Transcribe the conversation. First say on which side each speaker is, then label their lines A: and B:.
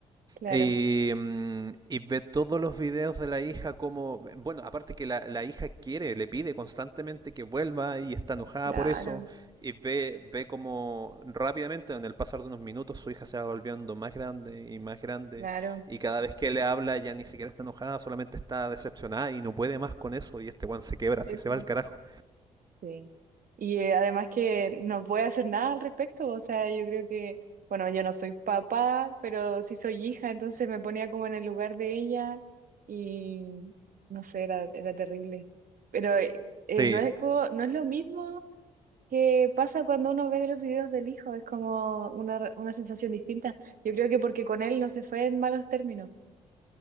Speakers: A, on the right; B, on the right.
A: claro,
B: Y, mm, y ve todos los videos de la hija como, bueno, aparte que la, la hija quiere, le pide constantemente que vuelva y está enojada
A: claro,
B: por eso, y ve, ve como rápidamente, en el pasar de unos minutos, su hija se va volviendo más grande y más grande,
A: claro.
B: y cada vez que le habla ya ni siquiera está enojada, solamente está decepcionada y no puede más con eso, y este Juan se quebra, así
A: Sí,
B: se
A: po.
B: va al carajo.
A: Sí. Y eh, además que no puede hacer nada al respecto, o sea, yo creo que, bueno, yo no soy papá, pero sí soy hija, entonces me ponía como en el lugar de ella y no sé, era, era terrible. Pero eh, eh,
B: Sí,
A: no es co- no es lo mismo que pasa cuando uno ve los videos del hijo, es como una, re- una sensación distinta. Yo creo que porque con él no se fue en malos términos,